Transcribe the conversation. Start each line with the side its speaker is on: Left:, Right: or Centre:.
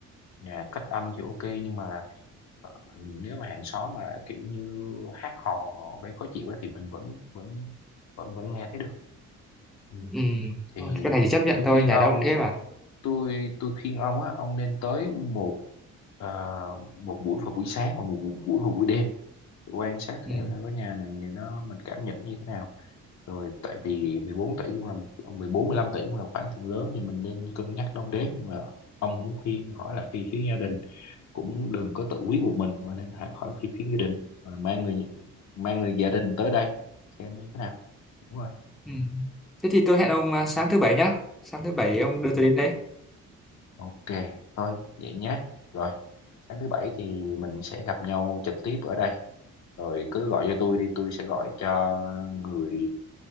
Left: nhà cách âm thì ok nhưng mà ờ, nếu mà hàng xóm mà kiểu như hát hò gây khó chịu á thì mình vẫn vẫn vẫn vẫn nghe thấy được ừ.
Centre: ừ
Left: thì
Centre: thôi, cái này thì chấp nhận
Left: tôi
Centre: thôi
Left: khuyên
Centre: nhà
Left: ông
Centre: đó ông thế mà
Left: tôi tôi khuyên ông á ông nên tới một à, một buổi vào buổi sáng và một, một buổi vào buổi đêm để quan sát
Centre: ừ.
Left: xem là cái nhà này nó mình cảm nhận như thế nào rồi tại vì 14 tỷ cũng là một 14 15 tỷ cũng là khoản tiền lớn thì mình nên cân nhắc đong đếm mà ông cũng khuyên hỏi lại phía phía gia đình cũng đừng có tự quyết một mình mà nên hỏi hỏi phía phía gia đình Mà mang người mang người gia đình tới đây xem như thế nào đúng rồi
Centre: Ừ. thế thì tôi hẹn ông à, sáng thứ bảy nhá sáng thứ bảy ông đưa tôi đến đấy
Left: Ok, thôi vậy nhé. Rồi, sáng thứ bảy thì mình sẽ gặp nhau trực tiếp ở đây. Rồi cứ gọi cho tôi đi, tôi sẽ gọi cho người